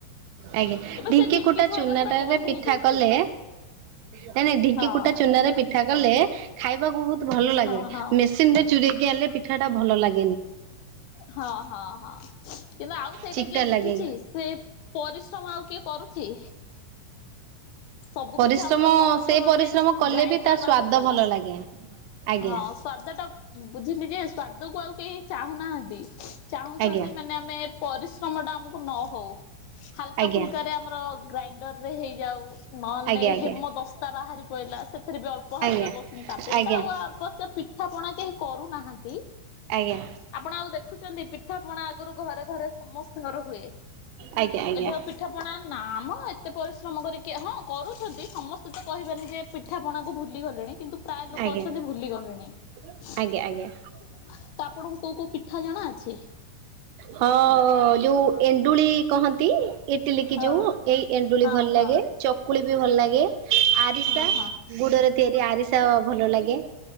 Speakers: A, on the right; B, on the left.
A: ଆଜ୍ଞା
B: ଏବେ
A: ଢିଙ୍କି
B: ସେ
A: କୁଟା
B: ଖାଇବା
A: ଚୁନାଟାରେ
B: ପୁରା ବନ୍ଦ
A: ପିଠା
B: ହେଇଯାଇଛି।
A: କଲେ ନାଇଁ ନାଇଁ ଢ଼ିଙ୍କି
B: ହଁ।
A: କୁଟା ଚୁନାରେ ପିଠା କଲେ, ଖାଇବାକୁ ବହୁତ ଭଲ ଲାଗେ।
B: ହଁ ହଁ
A: ମେସିନରେ ଯୋ ଚରେ ଆଇଲେ ଭଲ ଲାଗେ।
B: ହଁ ହଁ ହଁ। ଆଉ ସେଇଟା
A: ଚିକଟା
B: କିଏ
A: ଲାଗେ
B: ବୁଝୁଛି, ସେ ପରିଶ୍ରମ ଆଉ କିଏ କରୁଛି? ସବୁ
A: ପରିଶ୍ରମ
B: କିଛି ଆମର ସହଜ
A: ସେ
B: ହବା
A: ପରିଶ୍ରମ
B: ପାଇଁ
A: କଲେ
B: ଗ୍ରାଇଣ୍ଡର
A: ବି ତା ସ୍ଵାଦ
B: ବାହାରିଗଲା।
A: ଭଲ ଲାଗେ। ଆଜ୍ଞା
B: ହଁ ସ୍ଵାଦ ଟା, ବୁଝିଲି ଯେ ସ୍ଵାଦକୁୁ ଆଉ କେହି ଚାହୁଁନାହାନ୍ତି। ଚାହୁଁଛନ୍ତି
A: ଆଜ୍ଞା
B: ମାନେ ଆମେ ପରିଶ୍ରମ ଟା ଆମକୁ ନ ହଉ ହାଲକା
A: ଆଜ୍ଞା
B: ଫୁଲକାରେ ଆମର ଗ୍ରାଇଣ୍ଡରରେ ହେଇଯାଉ। ନହେଲେ
A: ଆଜ୍ଞା
B: ହେମଦସ୍ତା ବାହାରି ପଡିଲା। ସେ ସେଥିରେ ବି ଅଳ୍ପ ହାଲକା
A: ଆଜ୍ଞା
B: କରୁଛନ୍ତି ତାପରେ
A: ଆଜ୍ଞା
B: ବି ତ ଆଉ ଅବଶ୍ୟ ପିଠା ପଣା କେହି କରୁନାହାନ୍ତି।
A: ଆଜ୍ଞା
B: ଆପଣ ଆଉ ଦେଖୁଛନ୍ତି ପିଠା ପଣା ଆଗରୁ ଘରେ ଘରେ ସମସ୍ତଙ୍କର ହୁଏ
A: ଆଜ୍ଞା ଆଜ୍ଞା ଆଜ୍ଞା
B: ଏବେ ଆଉ ପିଠା ପଣା ନାମ ଏତେ ପରିଶ୍ରମ କରି କରୁଛନ୍ତି ସମସ୍ତେ ତ କହିବେନି ଯେ ପିଠା ପଣାକୁ ଭୁଲି ଗଲେଣି କିନ୍ତୁ ପ୍ରାୟ ଲୋକ
A: ଆଜ୍ଞା ଆଜ୍ଞା
B: ଅଛନ୍ତି ଭୁଲି ଗଲେଣି।
A: ଆଜ୍ଞା
B: ତା
A: ଆଜ୍ଞା।
B: ଆପଣଙ୍କୁ କୋଉ କୋଉ ପିଠା ଜଣା ଅଛି?
A: ହଁ ଯୋଉ ଏଣ୍ଡୁଳି କହନ୍ତି। ଇଟିଲି କିି
B: ହଁ
A: ଯୋଉ ଏଇ ଏଣ୍ଡୁଳି
B: ହଁ
A: ଭଲ
B: ହଁ
A: ଲାଗେ, ଚକୁଳି ବି ଭଲ ଲାଗେ। ଆରିସା
B: ହଁ ହଁ
A: ଗୁଡରେ ତିଆରି ଆରିସା ଭଲ ଲାଗେ।